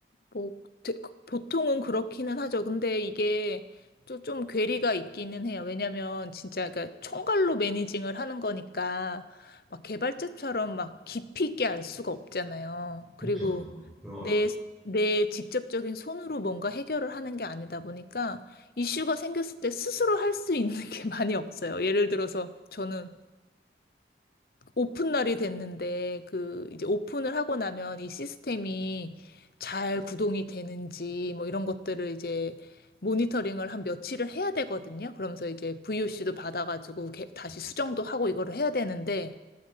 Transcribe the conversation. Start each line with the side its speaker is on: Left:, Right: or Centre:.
Left: 뭐, 대- 그- 보통은 그렇기는 하죠. 근데 이게 또 좀 괴리가 있기는 해요. 왜냐면 진짜 그러니까 총괄로 매니징을 하는 거니까 막 개발자처럼 막 깊이 있게 알 수가 없잖아요.
Centre: 그렇죠.
Left: 그리고
Centre: 어, 그럼 어렵죠.
Left: 내, 내 직접적인 손으로 뭔가 해결을 하는 게 아니다 보니까 이슈가 생겼을 때 스스로 할 수 있는 게 많이 없어요. 예를 들어서 저는 오픈 날이 됐는데 그 이제 오픈을 하고 나면 이 시스템이 잘 구동이 되는지 뭐 이런 것들을 이제 모니터링을 한 며칠을 해야 되거든요. 그러면서 이제 VOC도 받아가지고 개- 다시
Centre: 음.
Left: 수정도 하고 이거를 해야 되는데